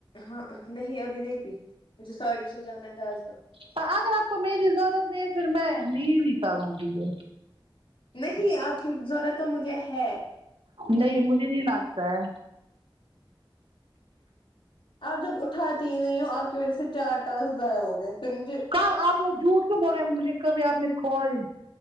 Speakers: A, on the left (about 80°); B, on the right (about 85°).
A: ہاں نہیں ابھی نہیں پی مجھے ساڑے چھ جانا ہے دس دو
B: اگر آپ کو میری ضرورت نہیں ہے پھر میں نیوی کروں گی یے
A: نہیں آپ کی ضرورت تو مجھے ہے
B: نہیں مجھے نہیں لگتا ہے
A: آپ جب اٹھاتی ہی نہیں ہو آپ کی وجہ سے چار ٹاسک ضائع ہو گئے پھر مجھے
B: کب آپ نے جھوٹ کیوں بول رہے مجھے کبھی آپ نے کال